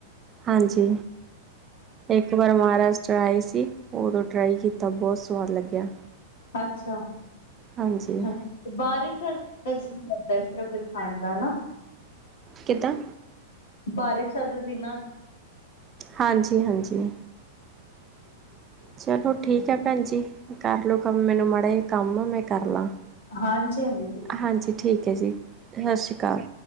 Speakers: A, on the right (about 25°); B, on the left (about 70°).
A: ਹਾਂਜੀ। ਇੱਕ ਵਾਰ ਮਹਾਰਾਸ਼ਟਰ ਚ। ਦਰ ਆਈ ਸੀ। ਉਦੋਂ ਟਰਾਈ ਕੀਤਾ, ਬਹੁਤ ਸਵਾਦ ਲੱਗਿਆ।
B: ਅੱਛਾ।
A: ਹਾਂਜੀ
B: ਹ। ਬਾਰਿਸ਼ <unintelligible> ਕਰਦਾ ਇਸਰੋਂ ਕੁਝ ਖਾਣ ਦਾ ਹਨਾ
A: ਕਿੱਦਾਂ?
B: ਬਾਰ ਛੱਤ ਦਿਨਾਂ।
A: ਹਾਂਜੀ- ਹਾਂਜੀ।
B: ਹ
A: ਚਲੋ ਠੀਕ ਹੈ ਭੈਣ ਜ ਕਰਲੋ ਕੰਮ ਮੈਨੂੰ ਮਾੜਾ ਜ ਕੰਮ ਆ ਮੈਂ ਕਰ ਲਾਂ
B: ਹਾਂਜੀ ਹਾਂਜੀ ਬਿਲਕੁਲ
A: ਹਾਂਜੀ ਠੀਕ ਹੈ ਜੀ ਸਤਿ ਸ੍ਰੀ ਅਕਾਲ